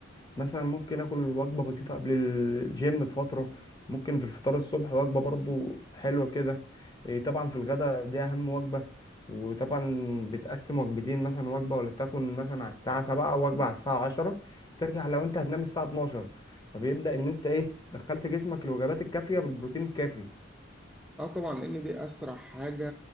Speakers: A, on the left; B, in the centre.
A: مثلا ممكن اكل وجبه بسيطه قبل الجيم بفتره ممكن في الفطار الصبح وجبه برضو حلوه كده إيه طبعا في الغداء دي اهم وجبه وطبعا بتقسم وجبتين مثلا وجبه ولا تكون مثلا على الساعه 7 وجبه على الساعه 10 ترجع لو انت هتنام الساعه 12 فبيبدا ان انت ايه دخلت جسمك الوجبات الكافيه بالبروتين الكافي
B: اه طبعا لان دي اسرع حاجة